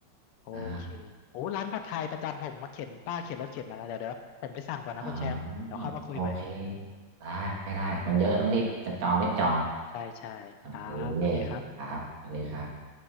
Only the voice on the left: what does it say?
โอเคโอ้ร้านผัดไทยประจำผมมาเข็นป้าเข็นรถเข็นมาแล้วเดี๋ยวเดี๋ยวผมไปสั่งก่อนนะคุณแชมป์เดี๋ยวเข้ามาคุยใหม่
ใช่ใช่ครับ
สวัสดีครับ